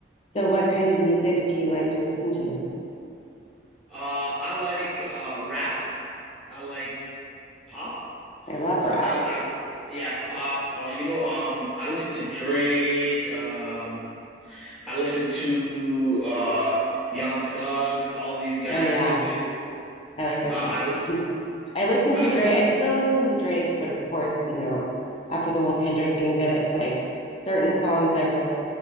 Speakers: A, on the left; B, in the centre.
A: So what kind of music do you like to listen to?
B: Uh, I like uh rap. I like pop.
A: I love
B: Sometimes
A: rap.
B: I yeah pop. Uh, you know um I listen to Drake. Um, I listen to uh Young Thug. All these guys.
A: Oh yeah,
B: They they.
A: I like them.
B: Uh, I
A: Yeah.
B: listen.
A: <laughs> I listen
B: I
A: to
B: l-
A: Drake. I still listen to Drake, but of course, you know, after the whole Kendrick thing, then it's like certain songs I'm like,